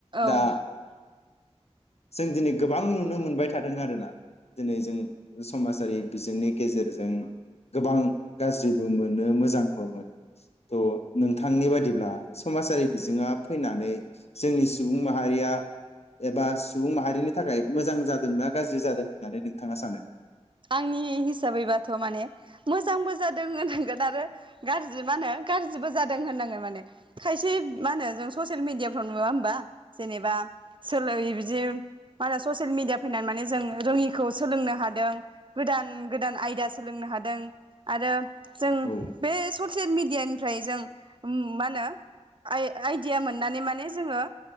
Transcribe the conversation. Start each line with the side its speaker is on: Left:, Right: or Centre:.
Right: औ
Left: दा जों दिनै गोबां नुनो मोनबाय थादों आरोना दिनै जों समाजारि बिजोंनि गेजेरजों गोबां गाज्रिबो मोनो मोजांबो मोनो थ नोंथांनि बादिब्ला समाजारि बिजोङा फैनानै जोंनि सुबुं माहारिया एबा सुबुं माहारिनि थाखाय मोजां जादों ना गाज्रि जादों होननानै नोंथाङा सानो?
Right: आंनि हिसाबैबाथ माने मोजांबो जादों होननांगोन आरो गाज्रि मा होनो गाज्रिबो जादों होननांगोन माने खायसे मा होनो जों ससियेल मिडियाफ्राव नुवा होमबा जेनेबा सोल बिदि मा होनो ससियेल मिडिया फैनानै माने जों रोङिखौ सोलोंनो हादों गोदान गोदान आयदा सोलोंनो हादों आरो जों
Left: औ
Right: बे सर ससियेल मिडियानिफ्राय जों मा होनो आ आइदिया मोननानै माने जोङो